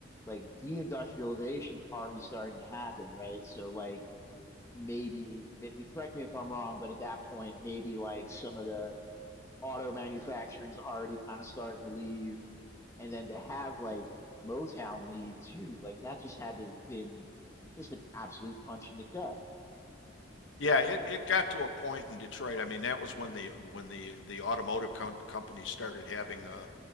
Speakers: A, on the left (about 15°); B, on the left (about 85°).
A: like deindustrialization is already starting to happen, right? So like maybe, maybe correct me if I'm wrong, but at that point, maybe like some of the auto manufacturing's already kind of starting to leave. And then to have like Motown leave too, like that just had to have been just an absolute punch in the gut,
B: Yeah, it it got to a point in Detroit. I mean, that was when the when the the automotive com company started having a